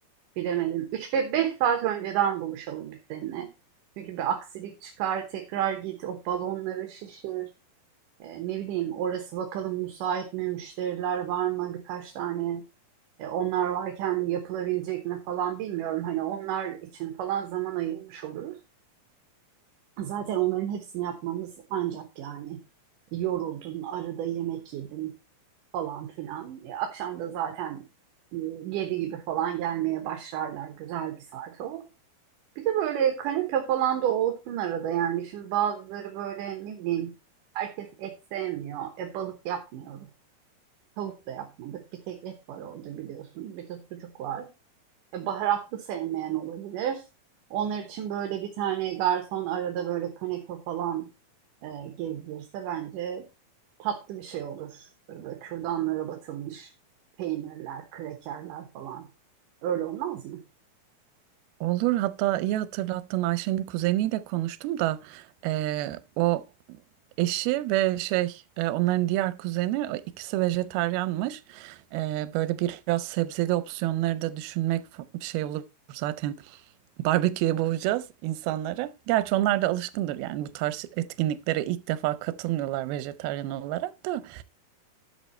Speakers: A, on the right (about 70°); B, on the right (about 90°).
A: bilemedim 3 ve 5 saat önceden buluşalım biz seninle. Çünkü bir aksilik çıkar tekrar git o balonları şişir. Ee, ne bileyim orası bakalım müsait mi müşteriler var mı birkaç tane e, onlar varken yapılabilecek mi falan bilmiyorum. Hani onlar için falan zaman ayırmış oluruz. Zaten onların hepsini yapmamız ancak yani yoruldun, arada yemek yedin falan filan. E, akşam da zaten e, yedi gibi falan gelmeye başlarlar. Güzel bir saat o. Bir de böyle kanepe falan da olsun arada yani. Şimdi bazıları böyle ne bileyim herkes et sevmiyor. E balık yapmıyoruz. Tavuk da yapmadık. Bir tek et var orada biliyorsun. Bir de sucuk var. E, Baharatlı sevmeyen olabilir. Onlar için böyle bir tane garson arada böyle kanepe falan e, gezdirirse bence tatlı bir şey olur. Böyle kürdanlara batılmış peynirler, krekerler falan. Öyle olmaz mı?
B: Olur hatta iyi hatırlattın Ayşe'nin kuzeniyle konuştum da eee, o eşi ve şey e, onların diğer kuzeni o ikisi vejetaryanmış. Eee, böyle biraz sebzeli opsiyonları da düşünmek fa- bir şey olur zaten barbeküye boğacağız insanları. Gerçi onlar da alışkındır yani bu tarz etkinliklere ilk defa katılmıyorlar vejetaryen olarak da.